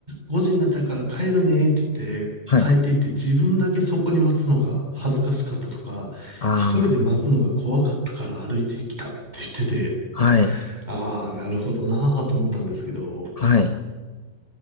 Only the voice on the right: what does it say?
5時になったから帰るねって言って、
帰っていって自分だけそこに待つのが恥ずかしかったとか、
一人で待つのが怖かったから歩いてきたって言ってて、
ああ、なるほどなぁと思ったんですけど、